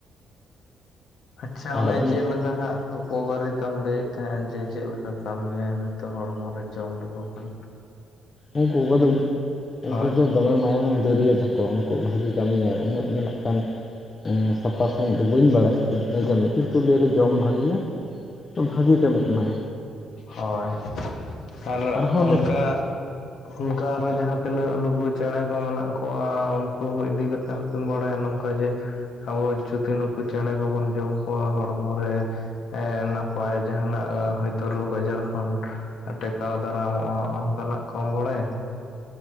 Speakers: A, on the left; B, on the left.
A: ᱟᱪᱷᱟ
B: ᱟᱨ
A: ᱚᱱᱮ
B: ᱚᱱᱟ
A: ᱪᱮᱫ ᱞᱮᱠᱟ ᱦᱟᱸᱜ ᱩᱯᱚᱠᱟᱨᱤ? ᱠᱚᱢ ᱞᱟᱹᱭᱮᱫ ᱛᱟᱦᱮᱸᱜᱼᱟ ᱡᱮ ᱪᱮᱫ ᱞᱮᱠᱟ ᱠᱟᱹᱢᱤᱭᱟᱭ ᱦᱚᱭᱛᱚ ᱦᱚᱲᱢᱚ ᱨᱮ ᱡᱚᱢ ᱞᱮᱠᱚ ᱠᱷᱟᱱ
B: ᱩᱱᱠᱩ ᱵᱟᱹᱫᱩᱲ ᱩᱱᱠᱩ
A: ᱦᱳᱭ
B: ᱫᱚ ᱫᱚᱢᱮ ᱢᱟᱭᱟᱢ ᱫᱟᱹᱨᱭᱟ ᱛᱟᱠᱚᱣᱟ ᱩᱱᱠᱩ ᱵᱷᱟᱹᱜᱤ ᱠᱟᱹᱢᱤᱭᱟ ᱩᱱᱟᱹᱜ ᱫᱚ ᱱᱟᱜ ᱠᱷᱟᱱ ᱥᱟᱯᱷᱟ ᱥᱟᱺᱦᱤᱡ ᱫᱚ ᱵᱟᱹᱧ ᱵᱟᱲᱟᱭᱟ ᱪᱮᱫ ᱠᱚᱭ ᱠᱟᱢᱤᱭᱟ ᱠᱤᱱᱛᱩ ᱞᱟᱹᱭ ᱨᱮ ᱡᱚᱢ ᱵᱷᱟᱹᱜᱤᱭᱟ᱾ ᱵᱷᱟᱜᱤ ᱠᱟᱹᱢᱤ ᱮᱢᱟᱭ
A: ᱦᱚᱭ ᱟᱨ
B: ᱟᱨᱦᱚᱸ
A: ᱚᱱᱠᱟ ᱚᱱᱠᱟ ᱟᱨᱦᱚᱸ ᱡᱟᱦᱟᱸ ᱛᱤᱱᱟᱹᱜ ᱱᱩᱠᱩ ᱪᱮᱬᱮ ᱠᱚ ᱢᱮᱱᱟᱜ ᱠᱚᱣᱟ ᱩᱱᱠᱩ ᱦᱚᱸ ᱤᱫᱤ ᱠᱟᱛᱮᱜ ᱵᱟᱲᱟᱭᱟ ᱱᱚᱝᱠᱟ ᱡᱮ ᱟᱵᱚ ᱡᱩᱫᱤ ᱱᱩᱠᱩ ᱪᱮᱬᱮ ᱠᱚᱵᱚᱱ ᱡᱚᱢ ᱠᱚᱣᱟ ᱦᱚᱲᱢᱚ ᱨᱮ ᱮᱸ ᱱᱟᱯᱟᱭ ᱡᱟᱦᱟᱱᱟᱜ ᱦᱟᱹ ᱛᱚ ᱨᱳᱜᱽ ᱟᱡᱟᱨ ᱠᱷᱚᱱ ᱴᱮᱠᱟᱣ ᱫᱟᱨᱟᱢᱚᱜᱼᱟ ᱚᱱᱠᱟᱱᱟᱜ ᱠᱚᱢ ᱵᱟᱲᱟᱭᱟ?